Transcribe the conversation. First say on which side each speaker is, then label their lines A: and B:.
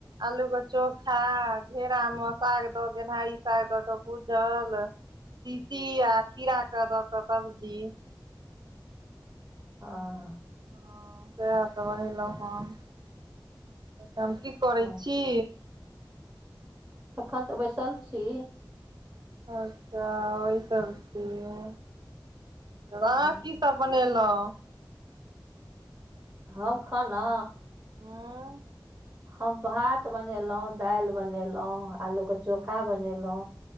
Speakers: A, on the right; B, on the right.
A: आलू के चोखा घेरा मे साग दऽ गेनहारी साग दऽ कऽ भूजल। लऽ तीशी आ खीरा के दऽ कऽ सब्जी।
B: हाँ।
A: हाँ सेह तऽ बनेलौ हन तहन की करै
B: हँ
A: छी।
B: अखन तऽ बैसल छी।
A: अच्छा बैसल छियै। अहाँ
B: हँ
A: की सब बनेलौं।
B: हम खाना
A: हाँ।
B: हम भात बनेलौं, दालि बनेलौं, आलू के चोखा बनेलौं।